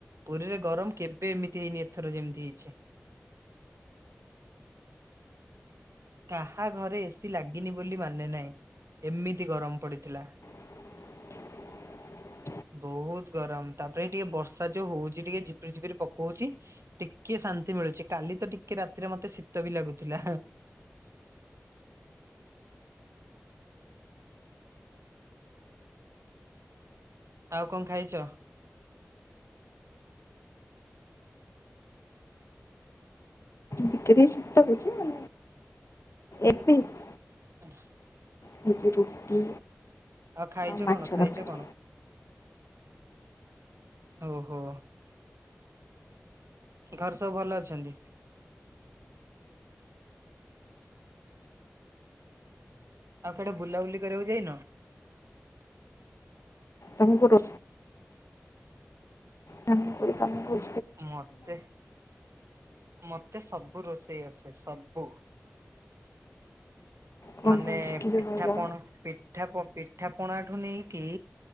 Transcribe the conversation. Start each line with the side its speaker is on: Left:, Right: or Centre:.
Right: ପୁରୀରେ ଗରମ କେବେ ଏମିତି ହେଇନି। ଏଥର ଯେମତି ହେଇଛି। କାହା ଘରେ ଏସି ଲାଗିନି ବୋଲି ମାନେ ନାହିଁ, ଏମିତି ଗରମ ପଡିଥିଲା।
Left: <unintelligible>
Right: ବହୁତ ଗରମ, ତାପରେ ଟିକେ ବର୍ଷା ଯୋଉ ହଉଛି ଟିକେ ଝିପିରି-ଝିପରି ପକେଉଛିି ଟିକେ ଶାନ୍ତି ମିଳୁଛି, କାଲି ତ ଟିକେ ରାତିରେ ମତେ ଶୀତ ବି ଲାଗୁଥିଲା। <unintelligible> ଆଉ କଣ ଖାଇଚ?
Left: ବିକ୍ରି ଶୀତ ହଉଛି ମେ ଏବେ <unintelligible>
Right: ହ <unintelligible>
Left: ହେଇଛି ରୁଟି
Right: ହଁ ଖାଇଚ
Left: ଆଉ ମାଛ
Right: କଣ ଖାଇଚ
Left: ତରକାରୀ।
Right: କଣ? ଓହୋ। ଘରେ ସବୁ ଭଲ ଅଛନ୍ତି। ଆଉ କୁଆଡେ ବୁଲାବୁଲି କରିବାକୁ ଯାଇନ?
Left: ତମକୁ ରୋ କାମ କରି କାମକୁ
Right: ମତେ ମତେ ସବୁ ରୋଷେଇ ଆସେ ସବୁ।
Left: କଣ
Right: ମାନେ
Left: କଣ ଶିଖିଛ
Right: ପିଠା
Left: କହିଲ?
Right: ପଣ ପି ପିଠାକୁ ପିଠା ପଣାଠୁ ନେଇକି